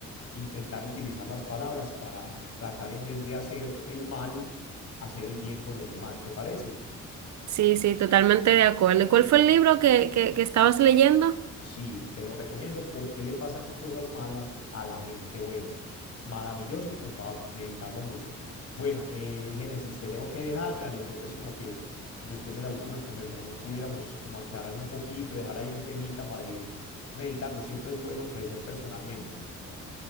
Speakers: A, on the left; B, on the right.
A: intentar utilizar las palabras para tratar en vez de hacer el mal, hacer el bien con los demás, ¿te parece?
B: Sí, sí, totalmente de acuerdo. ¿Y cuál fue el libro que, que que estabas leyendo?
A: Sí, te lo recomiendo porque le pasan cosas malas a la gente buena. Maravilloso como para meditarlo mucho. Bueno, eh, Génesis, te tengo que dejar. Me alegró pues como que después de la última conversación pudiéramos como aclarar un poquito, dejar ahí un temita para ir meditando. Siempre es bueno crecer personalmente.